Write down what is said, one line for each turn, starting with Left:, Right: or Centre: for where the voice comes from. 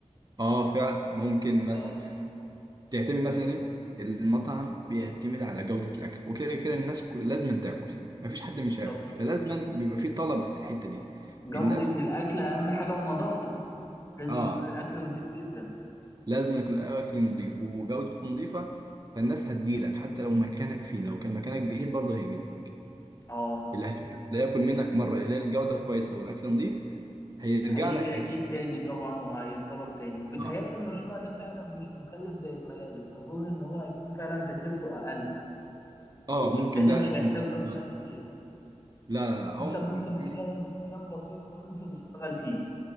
Right: اه فعلا ممكن مثلا
Left: اه
Right: تعتمد مثلا ايه المطعم بيعتمد على جوده الاكل وكده كده الناس كل- لازم تاكل مفيش حد مش
Left: بالظبط
Right: هياكل فلازم بيبقى في طلب في الحته دي
Left: جودة
Right: الناس
Left: الاكل اهم حاجة ونظافته لازم
Right: اه
Left: يكون الأكل نضيف جدا
Right: لازم يكون الاكل نظيف وجودته نظيفه فالناس هتجيلك حتى لو مكانك فيه لو كان مكانك بعيد برضه هيجيلك
Left: اه
Right: اللي هي- <laughs> اللي هياكل منك مره يلاقي الجوده كويسه والاكل نظيف هيرجع
Left: هيجي
Right: لك اكيد
Left: أكيد تاني طبعا وهيتطلب تاني وبيتهيألي
Right: اه
Left: المشروع ده فعلا مش مكلف زي الملابس أظن إن هو هيكون فعلا تكلفته أقل
Right: اه
Left: وبالتالي
Right: ممكن ده
Left: مش هيحتاج
Right: يكون
Left: رأس
Right: لا
Left: مال كبيرة
Right: لا لا هو
Left: أنت
Right: ممكن
Left: ممكن تجهز مكان بسيط خالص وتشتغل فيه